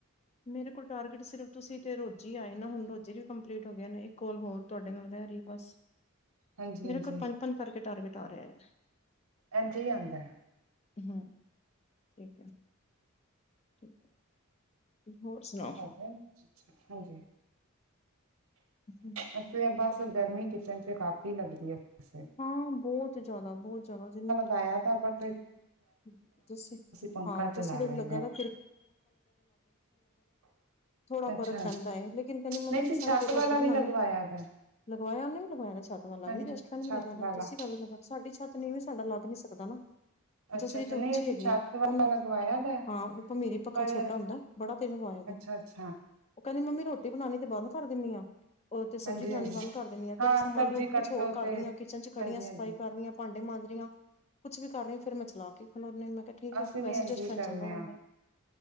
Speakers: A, on the left; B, on the right.
A: ਮੇਰੇ ਕੋਲ ਟਾਰਗੇਟ ਸਿਰਫ ਤੁਸੀਂ ਤੇ ਰੋਜੀ ਆਏ ਨਾ ਹੁਣ ਰੋਜੀ ਵੀ ਕੰਪਲੀਟ ਹੋ ਗਏ ਨੇ ਇਹ ਕੋਲ ਹੋਰ ਤੁਹਾਡੇ ਨਾਲ ਹੀ ਬਸ।
B: ਹਾਂਜੀ
A: ਮੇਰਾ
B: ਹਾਂਜੀ
A: ਕੋਲ ਪੰਜ-ਪੰਜ ਕਰਕੇ ਟਾਰਗੇਟ ਆ ਰਿਹਾ ਹੈ।
B: ਇੰਝ ਹੀ ਆਉਦਾ।
A: ਹਮ ਠੀਕ ਹੈ। ਠੀਕ ਹੈ ਹੋਰ ਸੁਣਾਓ।
B: ਹੋ ਗਿਆ ਅੱਛਾ, ਹਾਂਜੀ।
A: ਹਮ।
B: ‍ਇੱਥੇ ਬਸ ਗਰਮੀ ਕਿਚਨ ਚ ਕਾਫੀ ਲੱਗਦੀ ਹੈ। ਵੈਸੇ
A: ਹਾਂ ਬਹੁਤ ਜ਼ਿਆਦਾ, ਬਹੁਤ ਜ਼ਿਆਦਾ ਜਿਨ
B: ਪਾਇਆ‌ ਤਾਂ ਆਪਾਂ
A: <inaudible> ਮੈਨੂੰ
B: ਪੰਖਾ ਚਲਾ ਲੈਂਦੇ
A: ਲੱਗਾ ਥੋੜਾ
B: ਹਾਂ ਅੱਛਾ
A: ਫਰਕ ਪੈਂਦਾ ਲੇਕਿਨ ਕਹਿੰਦੀ ਮੰਮੀ
B: ਨਹੀਂ ਅਸੀਂ
A: ਜੋ ਸਾਕੇ
B: ਛੱਤ
A: ਰੋਟੀ
B: ਵਾਲਾ ਵੀ
A: ਬਣਾਣੇ।
B: ਲਗਵਾਇਆ ਦਾ
A: ਲਗਵਾਇਆਂ ਉਹਨੇ ਵੀ ਲਗਇਆ ਛੱਤ ਵਾਲਾ
B: ਹਾਂਜੀ
A: ਵੀ ਰੈਸਟੂਰੈਂਟ
B: ਛੱਤ
A: ਵੀ ਲੱਗਾ ਲਣਾ
B: ਵਾਲਾ
A: ਦੱਸੀ ਘਰ ਵੀ ਲੱਗਾ ਸਾਡੀ ਛੱਤ ਨੀਂਵੀ ਸੀ। ਸਾਡਾ ਲੱਗ ਨੀ ਸਕਦਾ ਨਾ।
B: ਅੱਛਾ
A: ਜਸਰੀ
B: ਅੱਛਾ
A: ਤਾਂ
B: ਨਹੀਂ
A: ਉੱਚੀ
B: ਅਸੀਂ
A: ਹੈਗੀ
B: ਛੱਤ
A: ਹੈ
B: ਵਾਲਾ
A: ਉਹਨੇ
B: ਲਗਵਾਇਆ ਦਾ
A: ਹਾਂ ਉਹ ਭਮੀਰੀ ਪੱਖਾ
B: ਪਰ
A: ਛੋਟਾ ਹੁੰਦਾ। ਬੜਾ ਤੇਜ ਹਵਾ ਆਦੀ।
B: ਅੱਛਾ ਅੱਛਾ
A: ਉਹ ਕਹਿੰਦੀ ਮੰਮੀ ਰੋਟੀ ਬਣਾਉਣੀ ਤੇ ਬੰਦ ਕਰ ਦਿੰਦੀ ਆ। ਉਹ ਤੇ ਸਬਜ਼ੀ
B: ਹਾਂਜੀ
A: ਬਣਾਣੀ
B: ਹਾਂਜੀ
A: ਬੰਦ ਕਰ ਦੇਿੰਦੀ ਆ।
B: ਹਾਂ
A: ਤੇ ਜਿਸ ਤਰ੍ਹਾਂ
B: ਸਬਜ਼ੀ
A: ਮੰਨ ਲਓ
B: ਕੱਟੋ
A: ਕੁੱਛ ਹੋਰ ਕਰ
B: ਤੇ
A: ਰਹੀ ਹਾਂ, ਕਿਚਨ ਚ' ਖੜੀਆਂ
B: ਹਾਂਜੀ
A: ਸਫ਼ਾਈ
B: ਹਾਂਜੀ
A: ਕਰ ਰਹੀਆਂ। ਭਾਂਡੇ ਮਾਂਜ ਰਹੀਆਂ, ਕੁੱਛ ਵੀ ਕਰ ਰਹੀ ਫੇਰ ਮੈਂ ਚਲਾ ਕੇ ਖਲਾਉਂਦੀ ਹਾ ਮੈਂ। ਠੀਕ ਹੈ
B: ਅਸੀਂ
A: ਵੈਸੇ
B: ਵੀ ਇੰਝ
A: ਜਸਟ
B: ਹੀ
A: ਫੈਨ
B: ਕਰਨੇ
A: ਚੱਲਦਾ ਰਹਿੰਦਾ।
B: ਆ